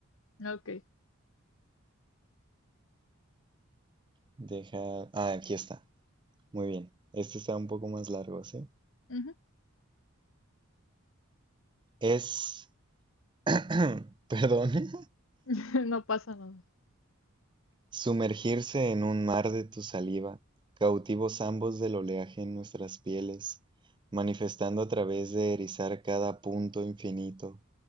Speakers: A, on the left; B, on the right.
A: Ok.
B: Deja. Ah, aquí está. Muy bien. Este está un poco más largo, ¿sí?
A: Ujú.
B: Es, <clears throat> perdón, <laughs>
A: <laughs> No pasa nada.
B: sumergirse en un mar de tu saliva, cautivos ambos del oleaje en nuestras pieles, manifestando a través de erizar cada punto infinito,